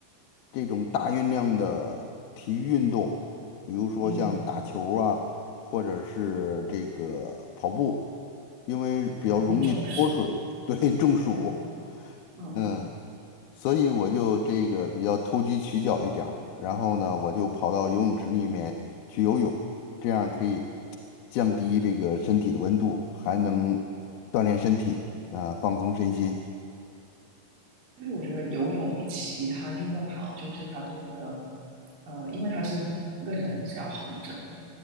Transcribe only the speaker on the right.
嗯，
很容易中暑。
对，嗯，
因为我觉得游泳比其他运动好，就是它对那个呃，因为它是那个人是要横着的嘛，